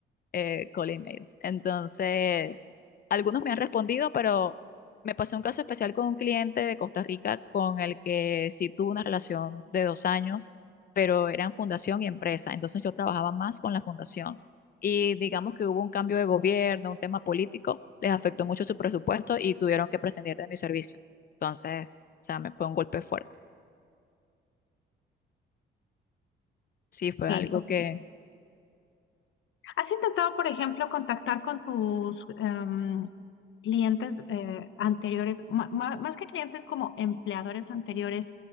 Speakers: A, on the left; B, on the left.
A: eh, cold emails. Entonces, algunos me han respondido, pero me pasó un caso especial con un cliente de Costa Rica con el que sí tuve una relación de dos años, pero eran fundación y empresa. Entonces yo trabajaba más con la fundación. Y digamos que hubo un cambio de gobierno, un tema político, les afectó mucho su presupuesto y tuvieron que prescindir de mi servicio. Entonces, o sea, me fue un golpe fuerte. Sí, fue
B: Ok,
A: algo
B: ok.
A: que
B: ¿Has intentado, por ejemplo, contactar con tus em, clientes eh, anteriores, ma- ma- más que clientes como empleadores anteriores